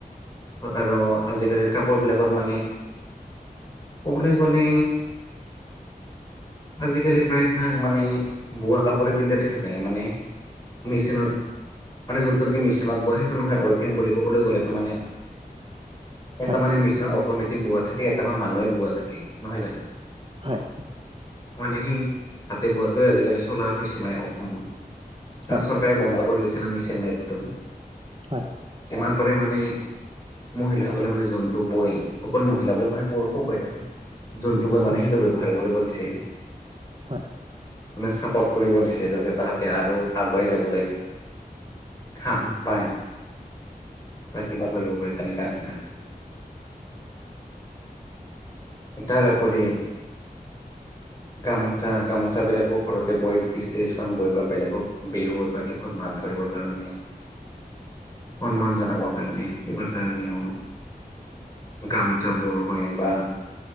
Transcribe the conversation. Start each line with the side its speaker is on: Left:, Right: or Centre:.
Left: আৰু আজি কালিৰ কাপোৰ বিলাকত মানে ক'বলৈ গ'লে আজি কালি প্ৰায় ভাগ মানে বোৱা কাপোৰে পিন্ধা দেখা যায় মানে মেচিনত মানে যোনটো নেকি মেচিনত বয় সেইটো নহয় উইভিং বুলি ক'বলৈ গ'লেতো মানে এটা
Right: হয়
Left: মানে
Right: হয়
Left: মেচিনত অট'মেটিক বোৱা থাকে, এটা মানুহে বোৱা থাকে নহয় জানো?
Right: হয়।
Left: মানে সি হাতে বোৱাটোয়ে আজিকালি চলা হৈছে মানে অসমত। কাৰণ
Right: হয়
Left: চৰকাৰে বন্ধ কৰি দিছে না মেচিন মেটটো।
Right: হয় হয় হয়
Left: যিমান পাৰে মানে মহিলাসকলে মানে জন্তু বয়ন, অকল মহিলাবোৰে নহয় পুৰুষো বৈ থাকে। যন্তুবোৰ
Right: হয়
Left: মানে
Right: হয় হয়
Left: সেইটো ব্যৱহাৰ কৰিব দিছে।
Right: হয়
Left: মানে ছাপৰ্ট কৰিব দিছে যাতে তাহাঁতে আৰু আগুৱাই যাবলৈ সাহ পাই বা কিবা কৰিব পাৰি তেনেকা নিচিনা। তাৰ উপৰি গামোচা গামোচাবিলাকো ঘৰতে বৈ, বিশ ত্ৰিশখন বৈ বা বেলেগক বিহুত বা বহুত মাছ ধৰিবৰ কাৰণে। সন্মান জনাবৰ কাৰণে, কিবাৰ কাৰণেও। গামোচা বোৱা হয় বা